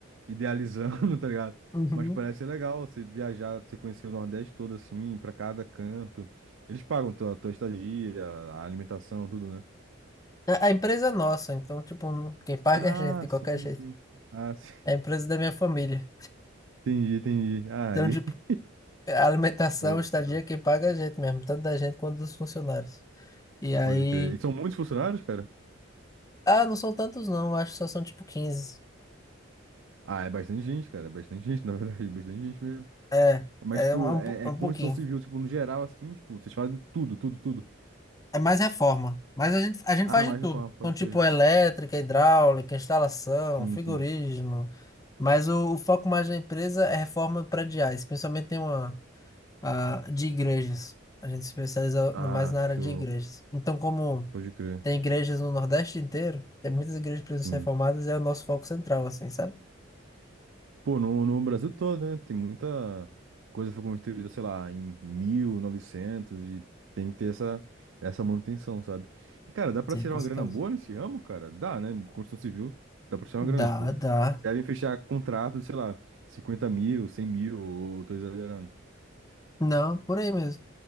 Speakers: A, on the right (about 70°); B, on the left (about 15°).
A: idealizando, <laughs> tá ligado?
B: Uhum.
A: Mas parece ser legal você viajar, você conhecer o Nordeste todo assim, pra cada canto. Eles pagam tua, tua estadia, a alimentação, tudo, né?
B: A a empresa é nossa, então, tipo, não- quem paga
A: Ah,
B: é a gente, de qualquer
A: sim,
B: jeito.
A: sim. Ah, <laughs> sim.
B: É a empresa da minha família.
A: Entendi, entendi. Ah,
B: Então,
A: e...
B: tipo,
A: <laughs>
B: a alimentação,
A: Show,
B: a estadia,
A: show.
B: quem paga é a gente mesmo, tanto da gente quanto dos funcionários. E aí.
A: Pode crer. E são muitos funcionários, cara?
B: Ah, não são tantos, não, acho que só são tipo 15.
A: Ah, é bastante gente, cara. É bastante gente, na verdade. <laughs> Bastante gente mesmo.
B: É,
A: Mas,
B: é
A: tipo,
B: um, é um,
A: é,
B: pou- um
A: é construção
B: pouquinho.
A: civil, tipo, no geral, assim, tipo, vocês fazem tudo, tudo, tudo.
B: É mais reforma. Mas a gente, a gente
A: Ah,
B: faz
A: mais
B: de tudo.
A: reforma, pode
B: Então, tipo,
A: crer.
B: elétrica, hidráulica, instalação,
A: Sim,
B: frigorígeno.
A: sim.
B: Mas o, o foco mais da empresa é reforma prediais. Principalmente tem uma a, de igrejas. A gente se especializa
A: Ah,
B: no- mais na
A: show.
B: área de igrejas. Então, como
A: Pode crer.
B: tem igrejas no Nordeste inteiro, tem muitas igrejas que precisam
A: Sim.
B: ser reformadas, é o nosso foco central, assim, sabe?
A: Pô, no, no Brasil todo, né? Tem muita coisa que foi construída, sei lá, em 1900 e novecentos e tem que ter essa, essa manutenção, sabe? E, cara, dá pra
B: Sim,
A: tirar
B: com
A: uma
B: certeza.
A: grana boa nesse ramo, cara? Dá, né? Construção civil dá pra tirar uma grana,
B: Dá,
A: tipo,
B: dá.
A: vocês devem fechar contratos, sei lá, 50 mil, 100 mil, ou tô exagerando.
B: Não, por aí mesmo.